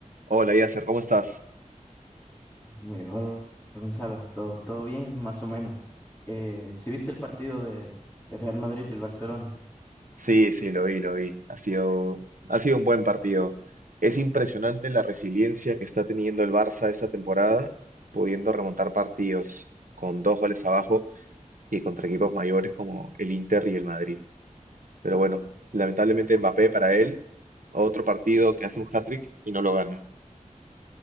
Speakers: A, on the right; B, on the left.
A: Hola, Yasser, ¿cómo estás?
B: Eh, hola Gonzalo, todo, todo bien, más o menos. Eh, sí viste el partido de, de Real Madrid y el Barcelona.
A: Sí, sí, lo vi, lo vi. Ha sido, ha sido un buen partido. Es impresionante la resiliencia que está teniendo el Barça esta temporada, pudiendo remontar partidos con dos goles abajo y contra equipos mayores como el Inter y el Madrid. Pero bueno, lamentablemente Mbappé para él, otro partido que hace un hat-trick y no lo gana.